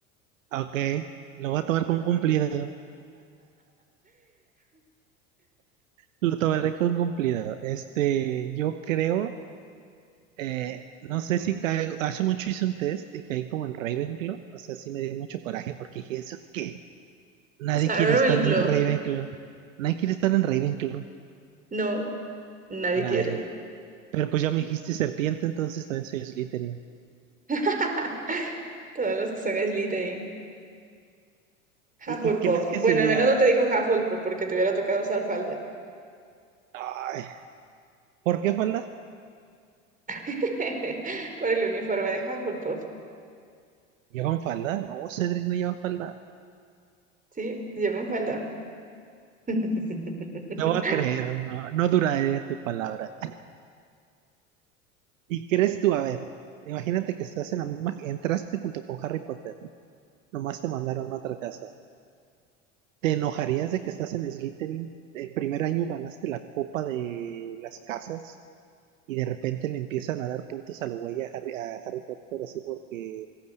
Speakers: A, on the right; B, on the right.
A: Ok, lo voy a tomar como un cumplido. Lo tomaré como un cumplido. Este, yo creo. Eh, no sé si caigo, hace mucho hice un test y caí como en Ravenclaw, o sea, sí me dio mucho coraje porque dije, ¿eso qué? Nadie
B: O sea,
A: quiere
B: Ravenclaw.
A: estar en Ravenclaw, nadie quiere estar en Ravenclaw,
B: No, nadie
A: nadie.
B: quiere.
A: Pero pues ya me dijiste serpiente, entonces también soy Slytherin.
B: <laughs> Todos los que son Slytherin.
A: ¿Y,
B: Hufflepuff.
A: y crees que sería...
B: Bueno, al menos no te dijo Hufflepuff porque te hubiera tocado usar falda.
A: Ay, ¿por qué falda?
B: <laughs> Por el uniforme de Hufflepuff.
A: ¿Llevan falda? No, Cedric no lleva falda.
B: Sí, llevan falda. <laughs>
A: Te voy a creer, no, no duraré tu palabra. ¿Y crees tú, a ver, imagínate que estás en la misma, entraste junto con Harry Potter, nomás te mandaron a otra casa. ¿Te enojarías de que estás en Slytherin? El primer año ganaste la copa de las casas y de repente le empiezan a dar puntos a lo güey a Harry, a Harry Potter así porque